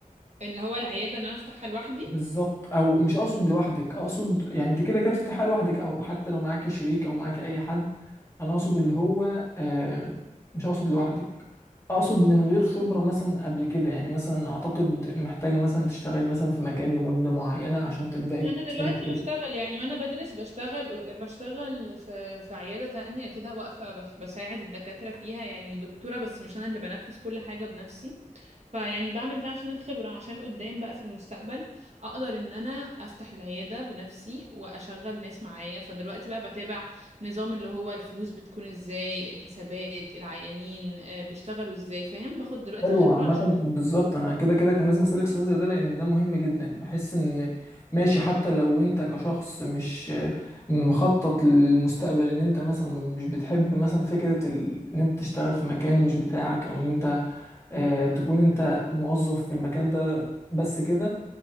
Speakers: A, on the right; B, on the left.
A: اللي هو العياده ان انا افتحها لوحدي
B: بالظبط او مش اقصد لوحدك اقصد يعني انت كده كده تفتحها لوحدك او حتى لو معاكي شريك او معاكي اي حد انا اقصد اللي هو آه، مش اقصد لوحدك اقصد من غير خبرة مثلا قبل كده يعني مثلا اعتقد محتاجة مثلا تشتغلي مثلا في مكان لمدة معينة عشان تبدأي
A: انا
B: تكتسبي
A: دلوقتي
B: خبرة
A: بشتغل يعني وانا بدرس بشتغل بشتغل في في عياده تانية كده واقفه بس- بساعد الدكاتره فيها يعني دكتوره بس مش انا اللي بنفذ كل حاجه بنفسي فيعني بعمل ده عشان الخبره عشان قدام بقى في المستقبل اقدر ان انا افتح العياده بنفسي واشغل ناس معايا فدلوقتي بقى بتابع نظام اللي هو الفلوس بتكون ازاي الحسابات العيانين آه، بيشتغلوا ازاي فاهم باخد دلوقتي
B: حلو
A: خبره
B: عامة
A: عشان
B: بالظبط أنا كده كده كان لازم أسألك سؤال زي ده لأن ده مهم جدا بحس إن ماشي حتى لو أنت كشخص مش مخطط للمستقبل إن أنت مثلا مش بتحب مثلا فكرة ال... إن أنت تشتغل في مكان مش بتاعك أو إن أنت آه تكون أنت موظف في المكان ده بس كده